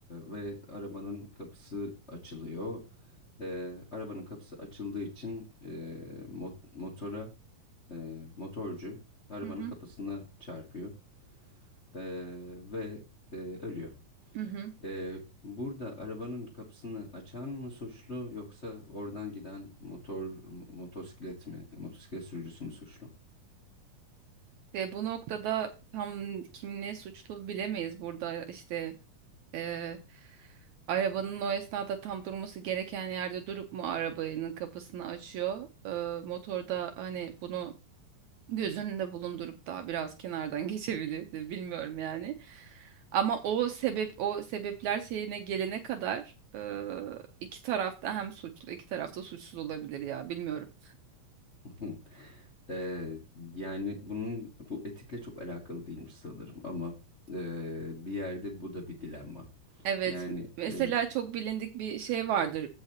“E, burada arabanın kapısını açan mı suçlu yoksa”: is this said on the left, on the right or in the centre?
Left